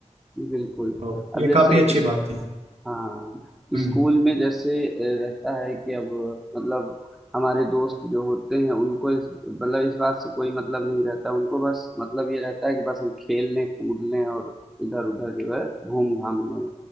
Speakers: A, in the centre; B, on the right (about 60°).
A: बिल्कुल
B: तो
A: अब
B: ये
A: जैसे
B: काफ़ी अच्छी
A: इस
B: बात थी
A: हाँ,
B: हम्म
A: स्कूल में जैसे अ, रहता है कि अब मतलब हमारे दोस्त जो होते हैं उनको इस मतलब इस बात से कोई मतलब नहीं रहता उनको बस मतलब ये रहता है कि बस हम खेल लें कूद लें और इधर उधर जो है घूम घाम लें